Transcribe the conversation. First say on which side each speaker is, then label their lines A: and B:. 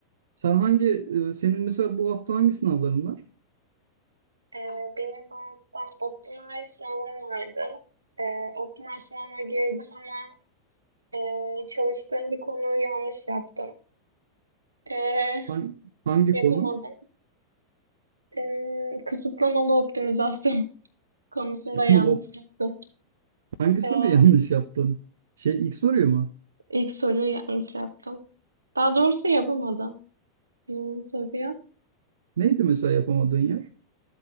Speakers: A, on the right; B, on the right.
A: Sen hangi, e, senin mesela bu hafta hangi sınavların var?
B: Ee, benim banktan optimal sınavım vardı. Ee, optimal sınavına girdim ama e, çalıştığım bir konuyu yanlış yaptım. Ee,
A: Hangi, hangi
B: yapamadım.
A: konu?
B: Ee, kısıtlamalı optimizasyon <laughs> konusunda
A: <laughs> Sınav,
B: yanlış yaptım.
A: hangi
B: Ee,
A: soruyu yanlış yaptın? Şey ilk soruyu mu?
B: ilk soruyu yanlış yaptım. Daha doğrusu yapamadım. Birinci soruya.
A: Neydi mesela yapamadığın yer?